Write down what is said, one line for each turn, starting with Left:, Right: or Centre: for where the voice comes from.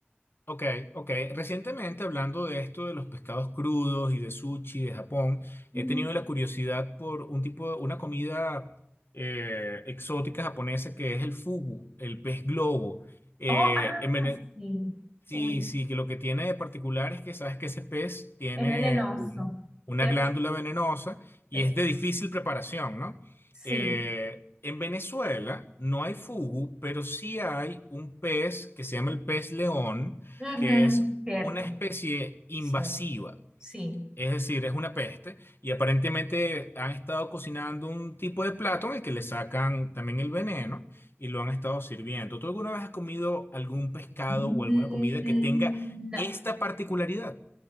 Left: Ok, ok. Recientemente, hablando de esto de los pescados crudos y de sushi de Japón,
Right: Ujú.
Left: he tenido la curiosidad por un tipo de, una comida eh, exótica japonesa que es el fugu, el pez globo. Eh,
Right: Oh, ah,
Left: en Vene-
Right: sí.
Left: Sí,
Right: Uy,
Left: sí, que lo que tiene de particular es que sabes que ese pez tiene
Right: es venenoso,
Left: un- una
Right: ¿cierto?
Left: glándula venenosa y
Right: Sí.
Left: es de difícil preparación, ¿no?
Right: Sí.
Left: Eh, en Venezuela no hay fugu, pero sí hay un pez que se llama el pez león,
Right: Ujú,
Left: que es
Right: Cierto,
Left: una especie invasiva.
Right: cierto, sí.
Left: Es decir, es una peste y aparentemente han estado cocinando un tipo de plato en el que le sacan también el veneno y lo han estado sirviendo. ¿Tú alguna vez has comido algún pescado
Right: Mm,
Left: o alguna comida que tenga
Right: No,
Left: esta particularidad?